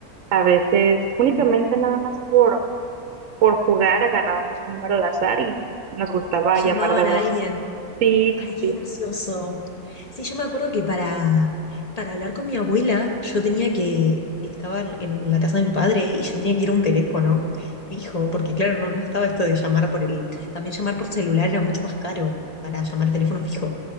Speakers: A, on the right; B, on the left.
A: A veces únicamente nada más por, por jugar agarrábamos un número al azar y nos gustaba
B: Llamaban
A: llamar de broma.
B: a alguien
A: Sí, sí,
B: Ay, qué
A: sí.
B: gracioso. Sí, yo me acuerdo que para, para hablar con mi abuela, yo tenía que, estaba en en la casa de mi padre y yo tenía que ir a un teléfono fijo, porque claro, no, no estaba esto de llamar por el, también llamar por celular era mucho más caro para llamar a teléfono fijo.